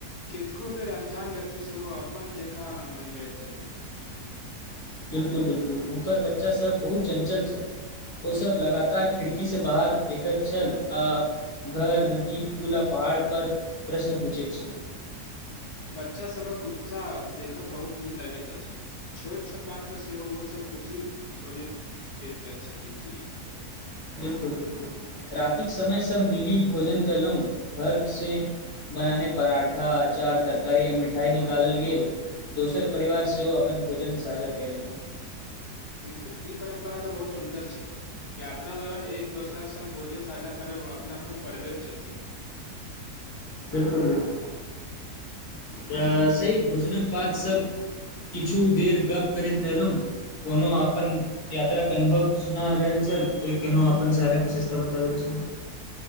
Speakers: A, on the left; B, on the left.
A: कतेको बेर अन्जान व्यक्ति सेहो अपन जकाँ भय जाइत छथि।
B: बिलकुल -बिल्कुल। हुनकर बच्चासभ बहुत चञ्चल छल। ओसभ लगातार खिड़की से बाहर देखैत छल आ घर, नदी, पुल आ पहाड़ पर प्रश्न पूछे छै।
A: बच्चा सभक उत्साह देखब बहुत नीक लगैत अछि। छोट छोट बातमे सेहो ओसभ खुशी खोजैत ल छथि की?
B: बिलकुल- बिलकुल। रातिक समय सब मिली भोजन कलहु घर से बनाने पराठा अचार तरकारी य मिठाई निकालल गेल। दोसर परिवार सेहो अपन भोजन साझा कयलनि।
A: बिलकुल ई परम्परा तऽ बहुत सुन्दर छै। यात्रा दौरान एक दोसरे सङ्ग भोजन साझा करब अपनापन बढ़बैत छथि।
B: बिलकुल बिलकुल तऽ सही भोजनक बात सब किछु देर गप्प करैत रहलहुँ कोनो आपन यात्राक अनुभव सुना रहे छल ते केनो अपन सारक विशेषता बताबै छल। <inaudible>